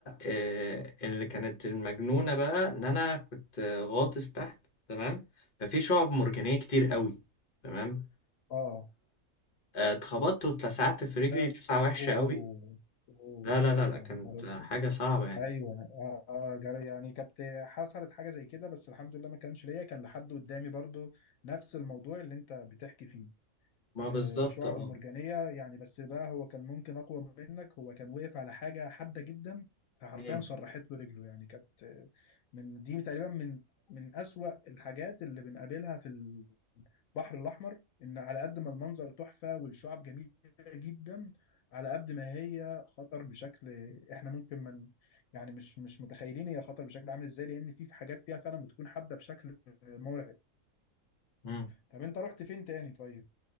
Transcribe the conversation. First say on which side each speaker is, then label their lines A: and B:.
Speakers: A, on the left; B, on the left.
A: آه اللي كانت المجنونه بقى ان انا كنت آه، غاطس تحت تمام ففي شعب مرجانيه كتير قوي تمام
B: اه
A: فاتخبطت واتلسعت في رجلي
B: لا
A: لسعه وحشه
B: اوه
A: قوي
B: اوه
A: لا لا
B: عارفها
A: لا لا كانت
B: عرفتها
A: حاجه صعبه يعني
B: ايوه اه آه، جري يعني كانت حصلت حاجه زي كده بس الحمد لله ما كانش ليا كان لحد قدامي برضو نفس الموضوع اللي انت بتحكي فيه
A: ما
B: آه،
A: بالظبط
B: الشعب
A: اه
B: المرجانيه يعني بس بقى هو كان ممكن اقوى منك هو كان واقف على حاجه حاده جدا حرفيا
A: مم.
B: شرحت له رجله يعني كانت من دي تقريبا من من أسوأ الحاجات اللي بنقابلها في البحر الأحمر إن على قد ما المنظر تحفة والشعب جميلة جدا على قد ما هي خطر بشكل إحنا ممكن من يعني مش مش متخيلين هي خطر بشكل عامل إزاي لأن في في حاجات فيها فعلا بتكون حادة بشكل مرعب
A: مم.
B: طب أنت رحت فين تاني طيب؟